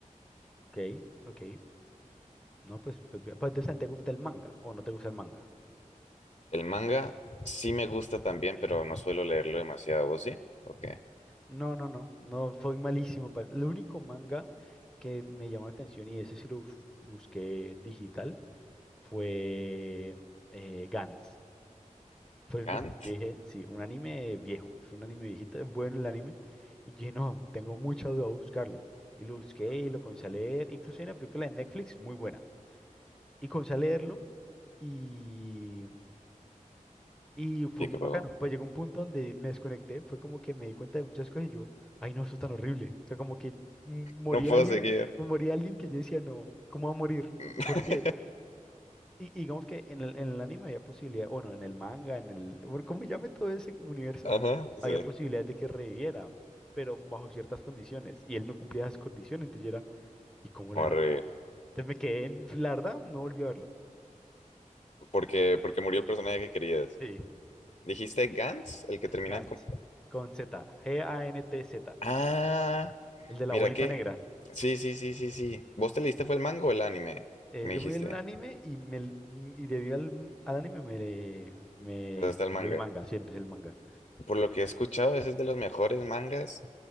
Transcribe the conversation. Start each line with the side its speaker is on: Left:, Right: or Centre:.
Centre: Ok, ok. No, pues, pues, bien. Pues, entonces, ¿te gusta el manga o no te gusta el manga?
Left: El manga sí me gusta también, pero no suelo leerlo demasiado, ¿vos sí? Ok.
Centre: No, no, no. No, fue malísimo. para- Lo único manga que me llamó la atención y ese sí lo bus- busqué digital fue eh, Gantz. Fue el
Left: Kant,
Centre: único que yo dije, sí, un anime viejo. Fue un anime viejito, es bueno el anime. Y yo dije, no, tengo mucha duda de buscarlo. Y lo busqué y lo comencé a leer. Incluso hay una película de Netflix muy buena. Y comencé a leerlo. y Y fue
Left: y qué
Centre: muy
Left: pasó
Centre: bacano. Pues llegó un punto donde me desconecté, fue como que me di cuenta de muchas cosas y yo, ay no, eso es tan horrible. O sea, como que mm, moría
Left: No puedo
Centre: alguien,
Left: seguir.
Centre: o moría alguien que yo decía, no, ¿cómo va a morir?
Left: <laughs>
Centre: Porque, y, y digamos que en el, en el anime había posibilidad, bueno, en el manga, en el, bueno, como llame todo ese universo,
Left: Ajá, sí.
Centre: había Ujú. posibilidades de que reviviera, pero bajo ciertas condiciones. Y él no cumplía esas condiciones, entonces yo era, ¿y cómo la
Left: No,
Centre: hará?
Left: arre.
Centre: Entonces me quedé en, la verdad, no volví a verlo.
Left: Porque, porque murió el personaje que querías.
Centre: Sí,
Left: ¿Dijiste Gantz, el que termina
Centre: Gantz,
Left: con
Centre: con Z, G-A-N-T-Z,
Left: Ah,
Centre: el de la
Left: mira
Centre: bolita
Left: qué.
Centre: negra.
Left: Sí, sí, sí, sí, sí. ¿Vos te leíste fue el manga o el anime?
Centre: Eh,
Left: Me
Centre: yo
Left: dijiste.
Centre: me vi el anime y, me, l- mm, y debido al, al anime me, le- me
Left: Te pasaste al
Centre: leí
Left: manga.
Centre: el manga, siempre es el manga.
Left: Por lo que he escuchado, ese es de los mejores mangas